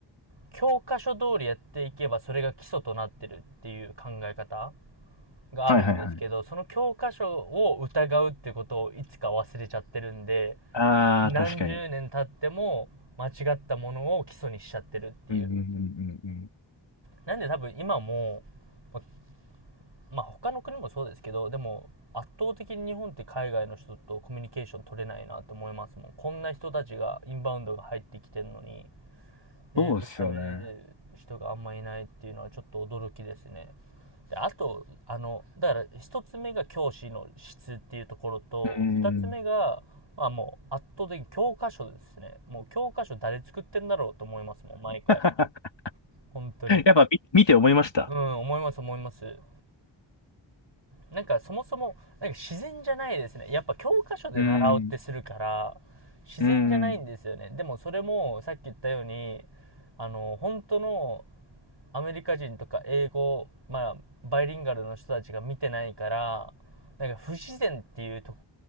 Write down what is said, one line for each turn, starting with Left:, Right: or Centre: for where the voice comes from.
Right: 教科書通りやっていけばそれが基礎となってるっていう考え方があるんですけど、
Left: はいはいはい。
Right: その教科書を疑うっていうことをいつか忘れちゃってるんで、
Left: ああ、
Right: 何十年経っても間違ったものを基礎にしちゃってるっていう。
Left: 確かに。うんうんうんうんうん。
Right: なんで多分今も、ままあ他の国もそうですけど、でも圧倒的に日本って海外の人とコミュニケーション取れないなと思いますもん。こんな人たちがインバウンドが入ってきてるのに、英語喋れる人があんまいないっていうのはちょっと驚きですね。
Left: そうですよね。
Right: であと、あの、だから一つ目が教師の質っていうところと、
Left: うんうんうん。
Right: 二つ目が、まあもう圧倒的に教科書ですね。もう教科書誰作ってんだろうと思いますもん、毎回。
Left: <laughs>
Right: 本当に。
Left: やっぱ見、見て思いました。
Right: うん、思います思います。なんかそもそも、なんか自然じゃないですね。やっぱ教科書で習おうってするから、
Left: うん。
Right: 自然じゃないんですよね。
Left: うーん。
Right: でもそれもさっき言ったように、あの、本当のアメリカ人とか英語、まあ、バイリンガルの人たちが見てないから、なんか不自然っていうと